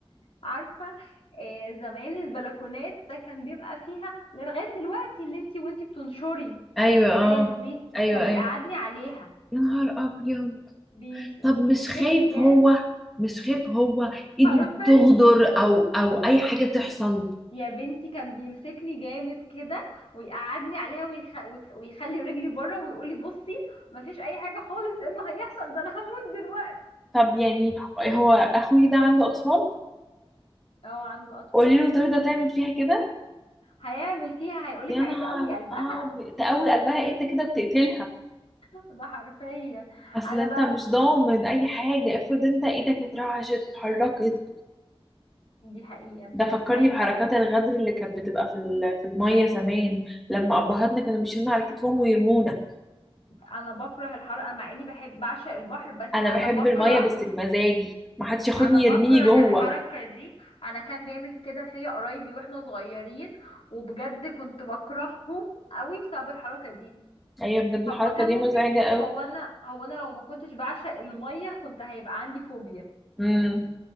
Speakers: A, on the left (about 75°); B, in the centre.
A: عارفه آه، زمان البلكونات ده كان بيبقى فيها لغايه دلوقتي اللي انت وانت بتنشري
B: ايوه
A: الحبال
B: اه
A: دي
B: ايوه
A: كان
B: ايوه
A: بيقعدني عليها
B: يا نهار ابيض
A: بيمس... بيمسكني
B: طب مش خايف
A: جاه
B: هو مش خايف هو ايده
A: عارفه
B: تغدر او او اي حاجة تحصل
A: يا بنتي كان بيمسكني جامد كده ويقعدني عليها ويخ... ويخ- ويخلي رجلي بره ويقولي بصي مفيش اي حاجه خالص ايه اللي هيحصل ده انا هموت دلوقتي
B: طب يعني هو اخوي ده عنده اطفال
A: اه عنده اطفال
B: قولي له ترضى تعمل فيها كده
A: هيعمل فيها هيقولك
B: يا
A: عايزه
B: نهار
A: قوي قلبها
B: اه تقوي قلبها انت كده بتقتلها
A: <laughs> ده حرفيا
B: اصل
A: انا
B: انت
A: بقى
B: مش
A: ب...
B: ضامن اي حاجه افرض انت ايدك اترعشت اتحركت
A: دي حقيقه
B: ده فكرني
A: عايزه
B: بحركات الغدر اللي كانت بتبقى في ال- في الميه زمان لما ابهاتنا كانوا بيشيلونا على كتفهم ويرمونا
A: انا بكره الحر انا مع اني بحب بعشق البحر بس
B: انا
A: انا
B: بحب
A: بكره
B: الميه بس بمزاجي ما حدش ياخدني
A: انا بكره
B: يرميني جوه
A: الحركة دي انا كان بيعمل كده فيا قرايبي واحنا صغيرين وبجد كنت بكرههم قوي بسبب الحركة دي
B: هي بجد الحركة
A: هو ما كان
B: دي
A: ممكن
B: مزعجة قوي
A: هو انا هو انا لو ما كنتش بعشق المية كنت هيبقى عندي فوبيا
B: امم